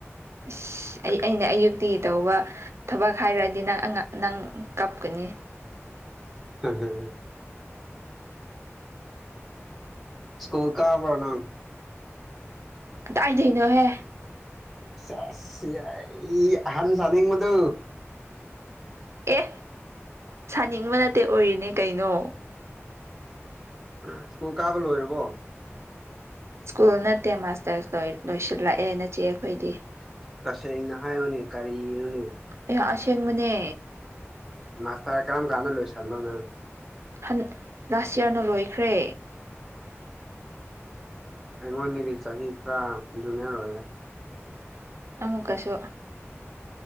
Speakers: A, on the right; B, in the centre.
A: ꯏꯁ ꯑꯩ ꯑꯩꯅ ꯑꯌꯨꯛꯇꯒꯤ ꯇꯧꯕ ꯊꯕꯛ ꯍꯥꯏꯔꯛꯑꯗꯤ ꯅꯪ ꯑ ꯅꯪ ꯀꯞꯀꯅꯤ
B: ꯍꯝ ꯍ ꯁ꯭ꯀꯨꯜ ꯀꯥꯕꯣꯅꯥ
A: ꯀꯗꯥꯏꯗꯣꯏꯅꯣꯍꯦ
B: ꯁꯁꯤ ꯑꯏ ꯑꯍꯟ ꯁꯅꯤ ꯃꯗꯨ
A: ꯑꯦ ꯁꯥꯅꯤꯡꯕ ꯅꯠꯇꯦ ꯑꯣꯏꯔꯤꯅꯦ ꯀꯩꯅꯣ
B: ꯎꯝ ꯁ꯭ꯀꯨꯜ ꯀꯥꯕ ꯂꯣꯏꯔꯕꯣ
A: ꯁ꯭ꯀꯨꯜ ꯅꯠꯇꯦ ꯃꯥꯁꯇꯔ ꯂꯣꯏꯁꯤꯜꯂꯛꯑꯦ ꯅꯆꯦ ꯑꯩꯈꯣꯏꯗꯤ
B: ꯇꯁꯦꯡꯅ ꯍꯥꯏꯌꯅꯦ ꯀꯔꯤꯅꯣꯅꯦ
A: ꯑꯩꯍ ꯑꯁꯦꯡꯕꯅꯦ
B: ꯃꯥꯁ ꯇꯔ ꯀꯔꯝ ꯀꯥꯟꯗ ꯂꯣꯏꯁꯟꯕ ꯉꯝ
A: ꯍꯟ ꯂꯥꯁ ꯌꯌꯥꯔꯅ ꯂꯣꯏꯈ꯭ꯔꯦ
B: ꯑꯩꯉꯣꯟꯗꯒꯤ ꯆꯍꯤ ꯈꯔ ꯖꯨꯅꯤꯌꯔ ꯑꯣꯏꯔꯦ
A: ꯑꯃꯨꯛꯀꯁꯨ